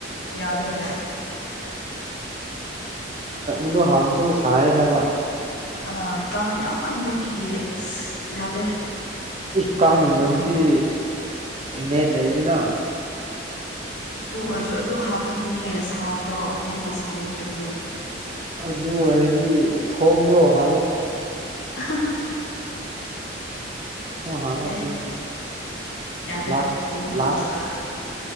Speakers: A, on the left; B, on the right.
A: ꯌꯥꯗ ꯍꯥꯏ
B: ꯏꯗ ꯍꯪꯁꯨ ꯁꯥꯏ ꯍꯥꯏꯦꯕ
A: ꯑ ꯀ ꯌꯥꯝꯃꯟꯕꯒꯤꯌꯦ ꯌꯥꯗꯦ
B: ꯏ ꯀꯥꯡꯉꯩ
A: ꯑꯗꯣ
B: ꯃꯔꯝꯕꯨꯗꯤ ꯅꯦꯠ ꯂꯩꯗꯅ
A: ꯑꯗꯨ ꯑꯣꯏꯔꯁꯨ ꯑꯗꯨ ꯍꯥꯞꯄꯒꯤꯅꯦ ꯁꯥꯕꯗꯣ ꯍꯦꯟꯅ ꯁꯥꯏꯌꯦ ꯍꯥꯏꯕꯅꯦ
B: ꯑꯗꯨ ꯑꯣꯏꯔꯗꯤ ꯊꯣꯡꯗꯣ ꯍꯥꯜꯂꯣ
A: ꯑ
B: ꯊꯣꯡ ꯍꯥꯡꯉꯒ
A: ꯌꯥꯗꯦ
B: ꯇꯨꯝꯃꯣ
A: ꯌꯥꯗꯦ
B: ꯂꯥꯁ
A: ꯊꯣꯡꯉꯒ
B: ꯂꯥꯁ